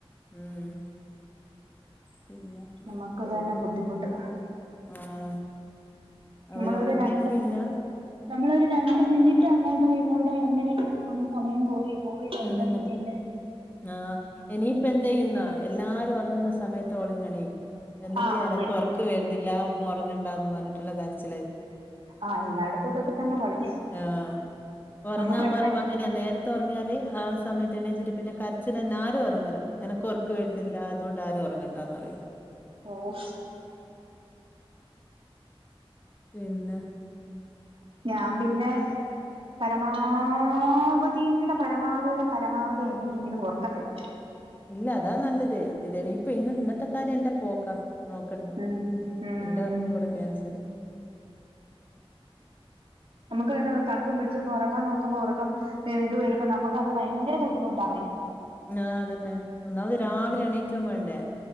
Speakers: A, on the left; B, on the right.
A: ഉം പിന്നെ
B: നമ്മക്ക് തന്നെ
A: ഒരു
B: ബുദ്ധിമുട്ട്
A: ആഹ് അവര്
B: നമ്മളൊരു
A: ഒറങ്ങിയാ
B: രണ്ട്
A: പിന്നെ
B: നമ്മളൊരു രണ്ട് മിനിറ്റ് അങ്ങോട്ടോ ഇങ്ങോട്ടോ എങ്ങനെയെങ്കിലും ഒന്ന് സമയം പോയി പോയിട്ടുണ്ടെങ്കിൽ
A: അതന്നെ
B: പിന്നെ
A: ആ ഇനിയിപ്പ എന്ത് യ്യുന്ന എല്ലാരും ഒറങ്ങുന്ന സമയത്ത് ഓള് ഇങ്ങെണീക്കും എന്നിട്ട്
B: ആഹ്
A: എനക്ക്
B: ഇവിടെ
A: ഉറക്ക്‌ വരുന്നില്ല ഉമ്മ ഉറങ്ങണ്ടാന്ന് പറഞ്ഞിട്ടുള്ള കരച്ചിലായിരിക്കും
B: ആ എല്ലായിടത്തും ഇതൊക്കെ തന്നെ കളി
A: ആഹ് ഒറങ്ങാൻ
B: നമ്മുക്കല്ലേ
A: പറിം അങ്ങനെ നേരത്തെ ഒറങ്ങിയാല് ആ സമയത്ത് എണീച്ചിട്ട് പിന്നെ കരച്ചിലന്ന ആരും ഉറങ്ങറ് എനക്ക് ഒറക്ക്‌ വരുന്നില്ല ലഅതുകൊണ്ട് ആരും ഉറങ്ങണ്ടാന്ന് പറയും
B: ഉം
A: പിന്നെ
B: ഞാൻ പിന്നെ പരമാവധിയുടെ പരമാവധിയുടെ പരമാവധി എങ്ങനെയെങ്കിലും ഒറക്കത്തില്ല
A: ഇല്ല അതാ നല്ലത് ഇത് ഇപ്പ ഇന്ന് ഇന്നത്തെ കാര്യം ഇന്റെ പോക്കാ നോക്കണ്ട
B: ഉം ഉം
A: എന്റെ ഒർക്കും കൂടെ ക്യാൻസല്
B: നമുക്ക് തണുപ്പും പിടിച്ച് ഒന്ന് ഉറങ്ങാൻ നോക്കുമ്പോ ഉറ ഇപ്പം ഇത് വരുമ്പോ നമുക്ക് അത് ഭയങ്കര ബുദ്ധിമുട്ടാന്നേ
A: ഞാ പിന്നെ ഒന്നാമത് രാവിലെ എണീകും വേണ്ടേ